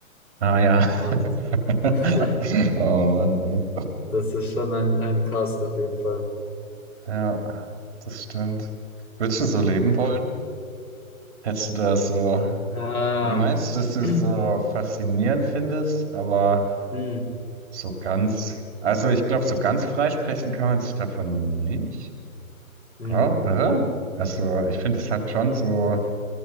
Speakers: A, on the right; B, on the left.
A: Ah ja.
B: Und
A: <laughs>
B: <laughs>
A: Oh Mann, ey.
B: das ist schon ein, ein Cast auf jeden Fall.
A: Ja, das stimmt. Würdest du so leben
B: Ja.
A: wollen? Hättest du da so,
B: Ah.
A: du meinst, dass du
B: <clears throat>
A: es so faszinierend findest, aber
B: Hm,
A: so ganz, also ich glaube, so ganz freisprechen kann man sich davon nicht.
B: hm,
A: Klar, oder? Also ich finde, es hat schon so